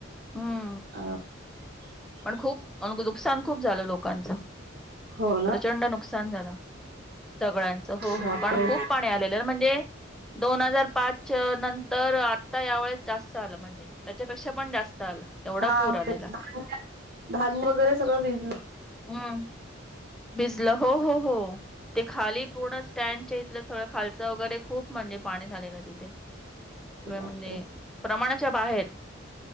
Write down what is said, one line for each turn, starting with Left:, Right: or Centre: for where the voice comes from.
Centre: हम्म!
Right: <unintelligible>
Centre: पण खूप, नुकसान खूप झालं लोकांचं.
Right: हो
Centre: प्रचंड
Right: ना
Centre: नुकसान झालं. सगळ्यांचं, हो,
Right: बापरे
Centre: हो कारण खूप पाणी आलेल. म्हणजे, दोन हजार पाच नंतर आता या वेळेस जास्त आलं पाणी. त्याच्यापेक्षा पण जास्त आलं. एवढा
Right: <unintelligible>
Centre: पूर आलेला
Right: धान्य वगैरे सगळं भिजलं.
Centre: हम्! भिजलं हो, हो, हो. ते खाली पूर्ण, स्टँडच्या इथलं थोडं खालच वगैरे खूप म्हणजे, पाणी झालेलं तिथे.
Right: बापरे
Centre: म्हणजे प्रमाणाच्या बाहेर.